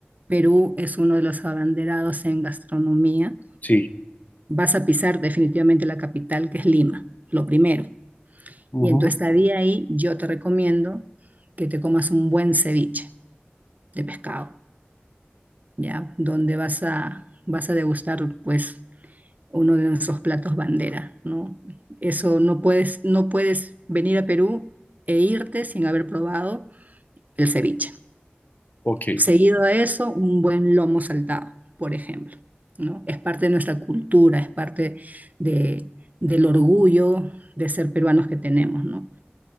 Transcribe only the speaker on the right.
Perú es uno de los abanderados en gastronomía,
vas a pisar definitivamente la capital, que es Lima, lo primero.
Y en tu estadía ahí, yo te recomiendo que te comas un buen ceviche de pescado, ¿ya? Donde vas a, vas a degustar, pues, uno de nuestros platos bandera, ¿no? Eso no puedes, no puedes venir a Perú e irte sin haber probado el ceviche.
Seguido a eso, un buen lomo saltado, por ejemplo, ¿no? Es parte de nuestra cultura, es parte de, del orgullo de ser peruanos que tenemos, ¿no?